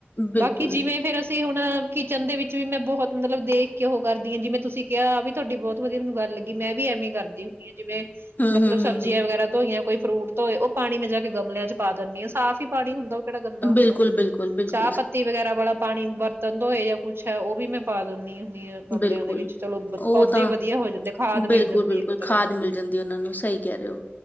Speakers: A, on the left (about 45°); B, on the right (about 70°).
A: ਬਿਲਕੁਲ।
B: ਬਾਕੀ ਜਿਵੇਂ ਫੇਰ ਅਸੀਂ ਹੁਣ ਕਿਚਨ ਦੇ ਵਿੱਚ ਵੀ ਮੈਂ ਬਹੁਤ ਮਤਲਬ ਦੇਖ ਕੇ ਉਹ ਕਰਦੀ ਹੈ ਜਿਵੇਂ ਤੁਸੀਂ ਕਿਹਾ ਵੀ ਤੁਹਾਡੀ ਬਹੁਤ ਵਧੀਆ ਮੈਨੂੰ ਗੱਲ ਲੱਗੀ ਮੈਂ ਵੀ ਐਵੇਂ ਕਰਦੀ ਹੁਣੀ ਆ। ਜਿਵੇਂ
A: ਹੂੰ-ਹੂੰ-ਹੂੰ-ਹੂੰ,
B: ਮਤਲਬ ਸਬਜ਼ੀਆਂ ਵਗੈਰਾ ਧੋਈਆਂ ਕੋਈ ਫਰੂਟ ਧੋਏ ਉਹ ਪਾਣੀ ਮੈਂ ਜਾ ਕੇ ਗਮਲਿਆਂ ਚ ਪਾ ਦਿਨੀ ਹਾਂ ਸਾਫ਼ ਹੀ ਪਾਣੀ ਹੁੰਦਾ। ਕਿਹੜਾ ਗੰਦਾ ਹੁੰਦਾ।
A: ਬਿਲਕੁਲ ਬਿਲਕੁਲ ਬਿਲਕੁਲ
B: ਚਾਹ ਪੱਤੀ ਵਗੈਰਾ ਵਾਲਾ ਪਾਣੀ ਵਰਤਣ ਤੋਂ ਜਾਂ ਕੁੱਛ ਹੈ ਉਹ ਵੀ ਮੈਂ ਪਾ ਦਿੰਦੀ ਹਾਂ ਗਮਲਿਆਂ
A: ਬਿਲਕੁਲ।
B: ਦੇ ਵਿੱਚ ਚਲੋ
A: ਉਹ
B: ਪੌਦੇ
A: ਤਾਂ
B: ਵਧੀਆ ਹੋ ਜਾਂਦੇ ਖਾਦ
A: ਬਿਲਕੁਲ
B: ਮਿਲ ਜਾਂਦੀ
A: ਬਿਲਕੁਲ
B: ਇੱਕ ਤਰ੍ਹਾਂ
A: ਖਾਦ
B: ਨੂੰ
A: ਮਿਲ ਜਾਂਦੀ ਉਹਨਾਂ ਨੂੰ ਸਹੀ ਕਹਿ ਰਹੇ ਹੋ